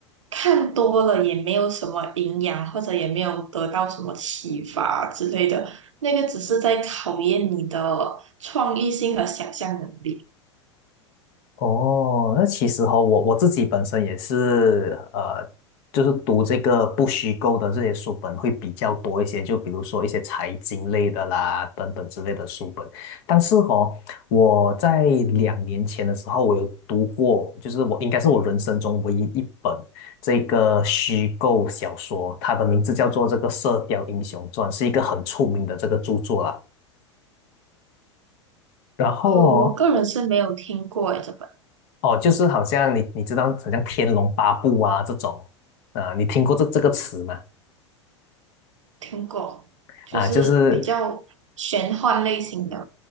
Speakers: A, on the right; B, on the left.
A: 看多了也没有什么营养，或者也没有得到什么启发之类的，那个只是在考验你的创意性和想象能力。
B: 哦，那其实哈、我我自己本身也是呃，就是读这个不虚构的这些书本会比较多一些，就比如说一些财经类的啦，等等之类的书本。但是哈、我在两年前的时候，我有读过，就是我应该是我人生中唯一一本这个虚构小说，它的名字叫做这个《射雕英雄传》，是一个很出名的这个著作啦。然后哦，
A: 哦，我个人是没有听过诶，这本
B: 哦，就是好像你你知道，好像《天龙八部》啊这种啊，你听过这这个词吗？
A: 听过，就是比较玄幻类型的。
B: 啊，就是